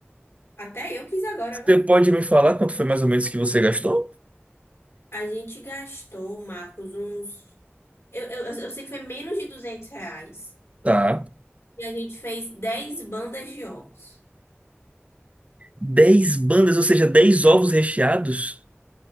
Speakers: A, on the left; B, on the right.
A: Até eu quis agora,
B: Você
A: viu?
B: pode me falar quanto foi mais ou menos que você gastou?
A: A gente gastou, Marcos, uns. Eu, eu, eu sei que foi menos de 200 reais.
B: Tá.
A: E a gente fez dez bandas de ovos.
B: dez bandas, ou seja, 10 ovos recheados?